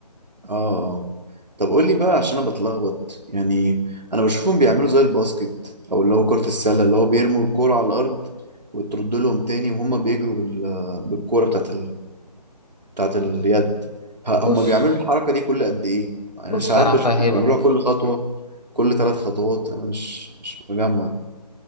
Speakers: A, on the right; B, on the left.
A: اه اه طب قول لي بقى عشان أنا بتلخبط يعني أنا بشوفهم بيعملوا زي الباسكت أو اللي هو كرة السلة اللي هو بيرموا الكورة على الأرض وترد لهم تاني وهم بيجروا بال- بالكورة بتاعت بتاعت اليد ه-
B: بص
A: هما بيعملوا الحركة دي كل قد إيه؟ يعني
B: بص
A: ساعات
B: أنا
A: بشوفهم
B: هفهمك
A: بيعملوها كل خطوة كل ثلاث خطوات أنا مش مش مجمع